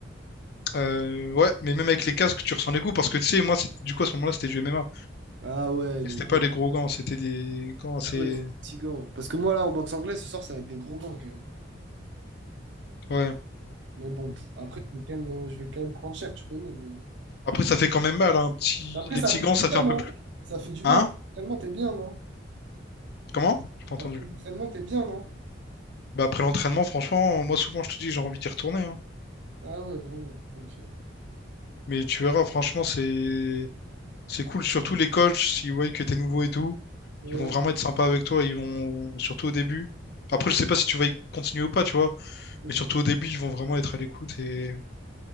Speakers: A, on the left (about 55°); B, on the right (about 65°).
A: Euh, ouais, mais même avec les casques, tu ressens les coups parce que tu sais, moi, c'est- du coup, à ce moment-là, c'était du M MMA.
B: Ah ouais,
A: Et
B: donc
A: C'était pas
B: ouais.
A: des gros gants, c'était des gants assez.
B: Ah ouais, c'est fatigant. Parce que moi, là, en boxe anglaise, ce soir, ça va être des gros gants, quand même.
A: Ouais.
B: Mais bon, après, je vais quand même, euh, je vais quand même prendre cher, tu connais. mais-
A: Après, ça fait quand même mal. hein, un petit...
B: Après,
A: Les
B: ça
A: petits
B: fait
A: gants,
B: du
A: ça
B: bien,
A: fait un
B: non?
A: peu plus.
B: Ça fait du bien.
A: Hein?
B: Après, l'entraînement, t'es bien, non?
A: Comment? J'ai pas entendu.
B: Après l'entraînement, t'es bien, non?
A: Bah, après l'entraînement, franchement, moi, souvent, je te dis, j'ai envie d'y retourner. hein.
B: Ah ouais, vraiment. Ok.
A: Mais tu verras, franchement, c'est. C'est cool, surtout les coachs, s'ils voient que t'es nouveau et tout,
B: Ouais.
A: ils vont vraiment être sympas avec toi, ils vont, surtout au début. Après, je sais pas si tu vas y continuer ou pas, tu vois,
B: Ouais,
A: mais surtout au début, ils vont vraiment être à l'écoute et